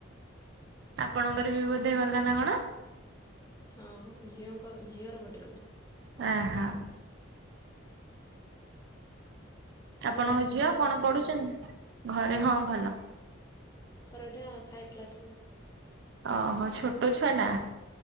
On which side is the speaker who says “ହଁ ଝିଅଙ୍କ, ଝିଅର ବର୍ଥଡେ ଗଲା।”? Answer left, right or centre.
Left